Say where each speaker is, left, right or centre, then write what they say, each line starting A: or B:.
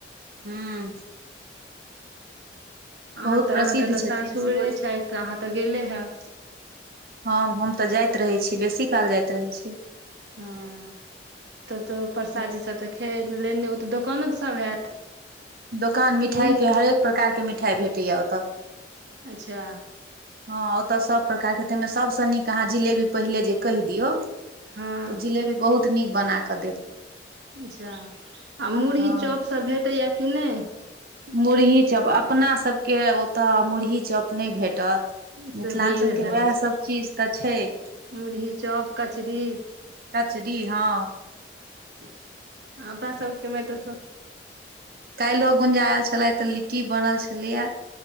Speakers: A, on the right (about 55°); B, on the right (about 75°).
A: हूँ। बहुत
B: अहाँ
A: प्रसिद्ध
B: तऽ अहाँके
A: छथिन
B: तऽ सासुरे
A: सेहो
B: छथि तऽ अहाँ तऽ गेले हैब।
A: हँ हम तऽ जाइत रहै छी बेसी काल जाइत रहै छी।
B: हूं तब तऽ परसादी
A: बेस
B: सब तऽ खे लेने दोकानो सब हैत।
A: दोकान मिठाइके
B: मुरही
A: हरेक प्रकारके मिठाइ भेटैया ओतऽ।
B: अच्छा।
A: हँ ओतऽ सब प्रकारके ताहि मे सबसँ नीक अहाँ जिलेबी पहिले जे कहि दियौ। तऽ
B: हँ
A: जिलेबी बहुत नीक बना कऽ देत।
B: अच्छा आ मुरही
A: हँ
B: चॉपसभ भेटैए कि नहि।
A: मुरही चप अपनासभके ओतय मुरही चप नहि भेटत।
B: तऽ
A: मिथिलाञ्चलके
B: से भइए नै सकै
A: उएहसभ
B: छै
A: चीज तऽ छैय।
B: मुरही चॉप कचरी
A: कचरी हँ।
B: अपना सबके में त स
A: काएल्हो गुंजा ऐल छलै तऽ लिट्टी बनल छलै यै।